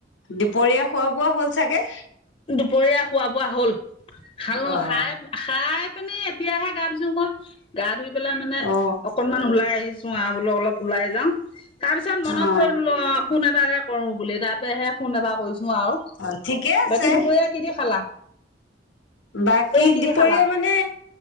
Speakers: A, on the left (about 80°); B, on the left (about 30°).
A: দুপৰীয়া খোৱা বোৱা হ'ল চাগে
B: দুপৰীয়া খোৱা বোৱা হ'ল খালো
A: অ
B: খাই খাই। পিনি এতিয়াহে গা ধুইছো মই গা ধুই পেলাই মানে
A: অ
B: অকনমান ওলাই আহিছো। চো বোলো অলপ ওলাই যা তাৰ পিছত মনত
A: অ
B: পৰিলো অ ফোন এটা কৰো বুলি তাতেহে ফোন এটা কৰিছো আৰু
A: অ ঠিকে আছে
B: বাকী দুপৰীয়া কিদি খালা?
A: বাকী
B: কি
A: দুপৰীয়া
B: দি খালা
A: মানে